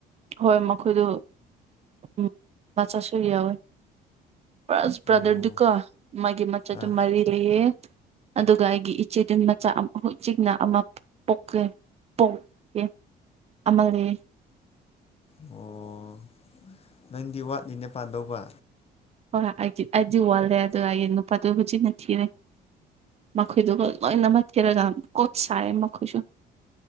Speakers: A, on the right (about 40°); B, on the left (about 35°).
A: ꯍꯣꯏ ꯃꯈꯣꯏꯗꯨ ꯎꯝ ꯃꯆꯥꯠꯁꯨ <unintelligible> ꯌꯥꯎꯋꯤ ꯁ ꯕ꯭ꯔꯥꯗꯔꯗꯨꯀꯣ
B: ꯑꯣ
A: <unintelligible> ꯃꯥꯒꯤ ꯃꯆꯗꯨ
B: ꯑꯥ
A: ꯃꯔꯤ <unintelligible> ꯂꯩꯌꯦ ꯑꯗꯨꯒ ꯑꯩꯒꯤ ꯏꯆꯦꯗꯨ ꯃꯆꯥ ꯍꯧꯖꯤꯛꯅ ꯑꯃ ꯄꯣꯛꯀꯦ ꯄꯣꯛꯀꯦ ꯑꯃ ꯂꯩ
B: ꯑꯣ ꯅꯪꯗꯤ ꯋꯥꯠꯂꯤꯅꯦ ꯄꯥꯟꯗꯧꯕ
A: ꯍꯣꯏ ꯑꯩꯗꯤ ꯑꯩꯗꯤ ꯋꯥꯜꯂꯦ ꯑꯗꯨꯒꯤ ꯅꯨꯄꯥꯗꯨ ꯍꯧꯖꯤꯛꯅ ꯊꯤꯔꯦ ꯃꯈꯣꯏꯗꯨꯒ ꯂꯣꯏꯅꯃꯛ ꯊꯤꯔꯒ ꯀꯣꯠ ꯁꯥꯏꯌ‌ꯦ ꯃꯈꯣꯏꯁꯨ